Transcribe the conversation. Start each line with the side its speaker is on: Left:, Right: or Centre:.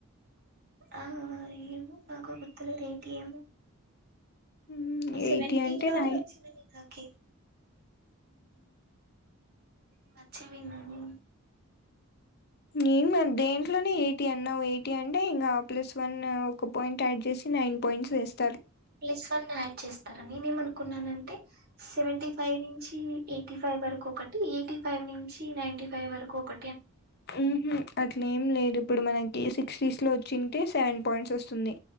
Right: ఆ ఏమో నాకు గుర్తు లేదు ఎయిటీ ఏమో
Left: మ్మ్ ఎయిటీ
Right: సెవెంటీన్
Left: అంటే
Right: లోనే
Left: నై
Right: వచ్చింది నాకి మచ్చేవిన్నని
Left: నేన్ దేంట్లోనే ఎయిటీ అన్నావు ఎయిటీ అంటే ఇంగ ఆ ప్లస్ వన్ ఒక పాయింట్ యాడ్ చేస్ నైన్ పాయింట్స్ వేస్
Right: ప్లస్ వన్ యాడ్ చేస్తారని నేనేం అనుకున్నానంటే సెవెంటీ ఫైవ్ ఎయిటీ ఫైవ్ వరకొకటి ఎయిటీ ఫైవ్ నుంచి నైన్టీ ఫైవ్ వరకు ఒక
Left: ఊహు అట్లేం లేదు ఇప్పుడు మనకి సిక్స్టీస్లో వచ్చింటే సెవెన్ పాయింట్స్ వస్తుంది